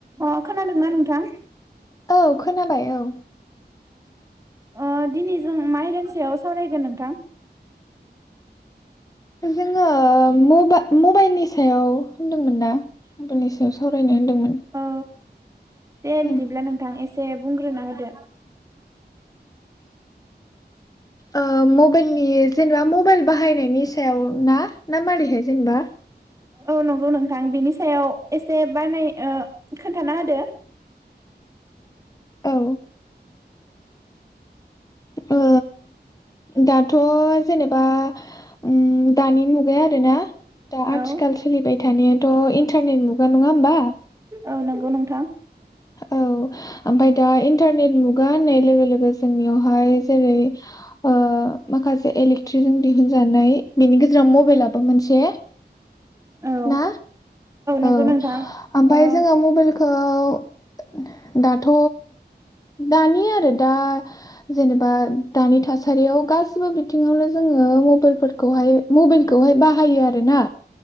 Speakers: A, on the right (about 15°); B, on the left (about 20°).
A: अ खोनादोंना नोंथां?
B: औ खोनाबाय औ।
A: अ दिनै जों मा आयदानि सायाव सावरायगोन नोंथां?
B: जोङो मबा-मबाइलनि सायाव होनदोंमोन ना? <unintelligible> सायाव सावरायनो होनदोंमोन।
A: औ दे बिदिब्ला
B: ओं
A: नोंथां एस दे बुंग्रोना होदो।
B: ओ मबाइलनि जेनेबा मबाइल बाहायनायनि सायाव ना? ना मारैहाय जेनेबा
A: औ नंगौ नोंथां बिनि सायाव एसे बानाय ओ खोन्थाना होदो।
B: औ ओ दाथ' जेनेबा उम दानि मुगाया आरोना दा आथिखाल
A: औ
B: सोलिबाय थानायाथ' इन्टारनेट मुगा नङा होमबा?
A: औ नंगौ नोंथां।
B: औ ओमफाय दा इन्टारनेट मुगा होननाय लोगो लोगो जोंनियावहाय जेरै ओ माखासे एलिक ट्रि जों दिहुनजानाय बिनि गेजेराव मबाइलाबो मोनसे
A: औ
B: ना
A: नंगौ
B: औ
A: नोंथां
B: ओमफ्राय
A: ओ
B: जोङो मबाइलखौ खौ दाथ' दान नि आरो दा जेनेबा दानि थासारियाव गासिबो बिथिङावनो जोङो मबाइलफोरखौहाय मबाइलखौहाय बाहायो आरोना।